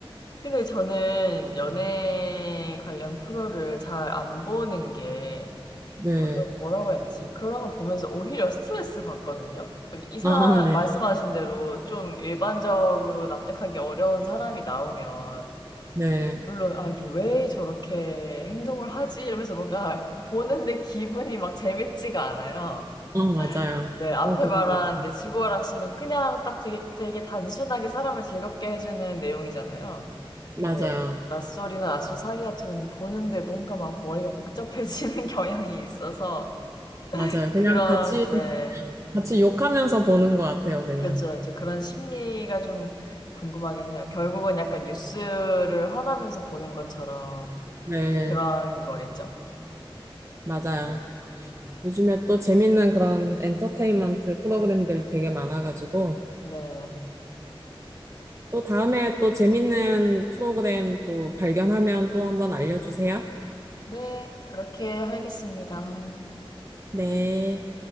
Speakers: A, on the left; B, on the right.
A: 근데 저는 연애 관련 프로를 잘 안 보는 게
B: 네.
A: 뭐라고, 뭐라고 해야 되지? 그런 걸 보면서 오히려 스트레스 받거든요. 이상,
B: 아, 네.
A: 말씀하신 대로 좀 일반적으로 납득하기 어려운 사람이 나오면,
B: 네.
A: 물론, 아, 이거 왜 저렇게 행동을 하지? 이러면서 뭔가 <laughs> 보는데 기분이 막 재밌지가 않아요.
B: 어, 맞아요.
A: 네, 앞에
B: 좀 그런
A: 말한
B: 게 있어요.
A: 이제 지구오락실은 그냥 딱 되게, 되게 단순하게 사람을 즐겁게 해주는 내용이잖아요.
B: 맞아요.
A: 근데 낯설이나 낯설 사기 같은 경우는 보는데 뭔가 막 머리가 복잡해지는 <laughs> 경향이 있어서
B: 맞아요. 그냥
A: 그런,
B: 같이,
A: 네.
B: 같이 욕하면서 보는 것 같아요, 그냥.
A: 그렇죠. 이제 그런 심리가 좀 궁금하긴 해요. 결국은 약간 뉴스를 화나면서 보는 것처럼
B: 네.
A: 그런 거겠죠?
B: 맞아요.
A: 음.
B: 요즘에 또 재밌는 그런 엔터테인먼트 프로그램들 되게 많아가지고,
A: 네.
B: 또 다음에 또 재밌는 프로그램 또 발견하면 또 한번 알려주세요.
A: 네, 그렇게 하겠습니다.
B: 네.